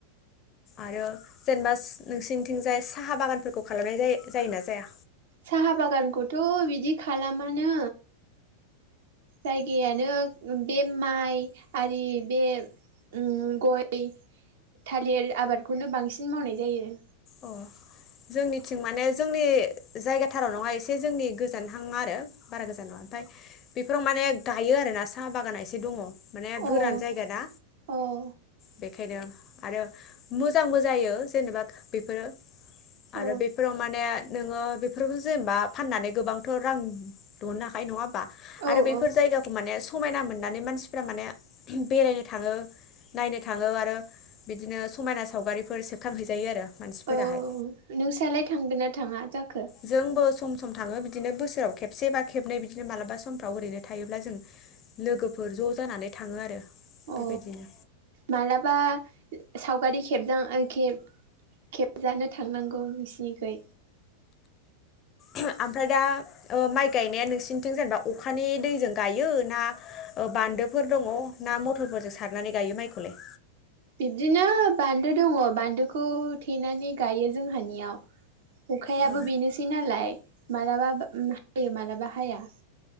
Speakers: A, on the left; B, on the right.
A: आरो जेनेबा नोंसिनिथिंजाय साहा बागानफोरखौ खालामनाय जायो जायोना जाया?
B: साहा बागानखौथ बिदि खालामानो। जायगायानो बे माइ आरि बे अम गय थालिर आबादखौनो बांसिन मावनाय जायो।
A: अ जोंनिथिं माने जोंनि जायगा थाराव नङा एसे जोंनि गोजानहां आरो बारा गोजाना नङा ओमफाय बेफोराव माने गायो आरोना सा बागाना एसे दङ। माने गोरान
B: औ
A: जायगा ना।
B: अ अ
A: बेखायनो आरो मोजांबो जायो जेनेबा बे फोरो। आरो
B: औ
A: बेफोराव माने जोङो बेफोरखो जेनेबा फाननानै गोबां थ रां दहनो हाखायो नङा होमबा?
B: औ
A: आरो बेफोर
B: औ
A: जायगाखौ माने समायना मोननानै मानसिफ्रा माने ओहोम बेरायनो थाङो नायनो थाङो आरो बिदिनो समायना सावगारिफोर सेबखांहैजायो आरो। मानसिफोराहाय
B: ओ नोंसालाय थांगोना थाङा जाख
A: जोंबो सम सम थाङो बिदिनो बोसोराव खेबसे बा खेबनै बिदिनो मालाबा समफ्राव ओरैनो थायोब्ला जों लोगोफोर ज जानानै थाङो आरो।
B: अ
A: बेबायदिनो
B: मालाबा साव सावगारि खेबजां खेब खेबजानो थांनांगौ नोंसि निखै।
A: उम आमफ्राय दा ओ माइ गायनाया नोंसिनिथिं जेनेबा अखानि दैजों गायो ना ओ बान्दोफोर दङ ना मथरफोरजों सारनानै गायो माइखौलाय?
B: बिब्दिनो बान्दो दङ बान्दोखौ थेनानै गायो जोंहानियाव अखायाबो
A: औ
B: बेनोसै नालाय। मालाबा बा हायो मालाबा हाया।